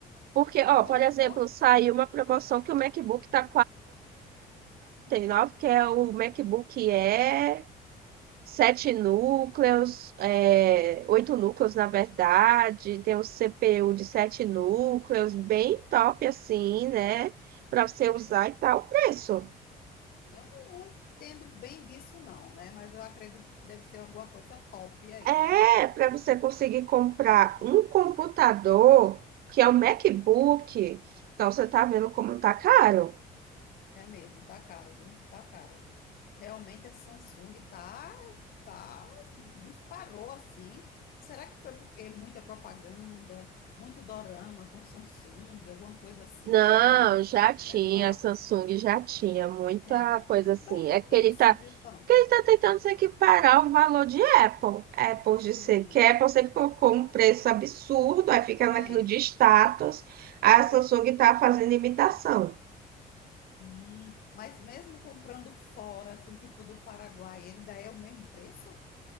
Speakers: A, on the right (about 65°); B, on the left (about 60°).
A: Porque, ó,
B: Olha
A: por exemplo,
B: só,
A: saiu uma promoção que o MacBook tá nove, que é o MacBook Air, sete núcleos, é, oito núcleos, na verdade, tem um CPU de sete núcleos, bem top assim, né? Para você usar e tal, o preço.
B: eu não, entendo bem disso não, né? Mas eu acredito que deve ser alguma coisa top aí,
A: É,
B: né?
A: para você conseguir comprar um computador, que é o MacBook. Então, você tá vendo como tá caro.
B: É mesmo, tá caro, viu? Tá caro. Realmente a Samsung tá, tá, disparou assim. Será que foi porque muita propaganda, muito dorama com Samsung, alguma coisa assim
A: Não,
B: que fez ele
A: já tinha,
B: elevar?
A: a Samsung já tinha muita
B: É.
A: coisa
B: Então
A: assim.
B: por
A: É que
B: que
A: ele
B: que subiu
A: tá,
B: tanto?
A: que ele tá tentando se equiparar ao valor de Apple. Apple de
B: Hum,
A: ser que Apple sempre colocou um preço absurdo, aí fica naquilo
B: sempre.
A: de status. A
B: É.
A: Samsung tá fazendo imitação.
B: Hum, mas mesmo comprando fora, assim, tipo do Paraguai, ele daí é o mesmo preço?